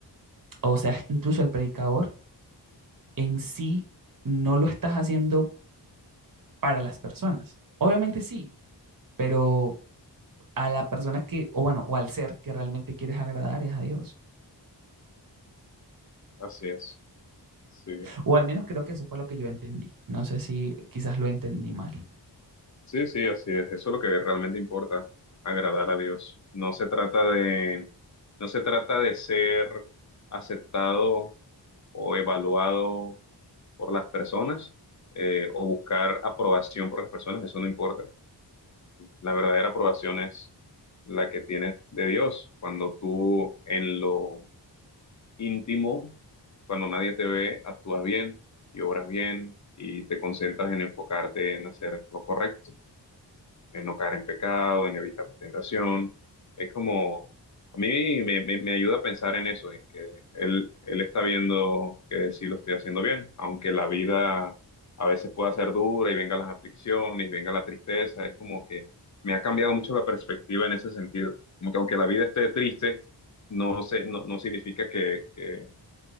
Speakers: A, on the right; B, on the left.
A: o sea, incluso el predicador, en sí no lo estás haciendo para las personas. Obviamente sí, pero a la persona que, o bueno, o al ser que realmente quieres agradar es a Dios.
B: Así es. Sí.
A: O al menos creo que eso fue lo que yo entendí. No sé si quizás lo entendí mal,
B: Sí, sí, así es. Eso es lo que realmente importa, agradar a Dios. No se trata de, no se trata de ser aceptado o evaluado por las personas eh, o buscar aprobación por las personas. Eso no importa. La verdadera aprobación es la que tienes de Dios. Cuando tú en lo íntimo, cuando nadie te ve, actúas bien y obras bien y te concentras en enfocarte en hacer lo correcto en no caer en pecado, en evitar la tentación. Es como, a mí me, me- me ayuda a pensar en eso, en que él, él está viendo que sí lo estoy haciendo bien, aunque la vida a veces pueda ser dura y venga las aflicciones, venga la tristeza, es como que me ha cambiado mucho la perspectiva en ese sentido. Como que aunque la vida esté triste, no sé, no, no significa que, que-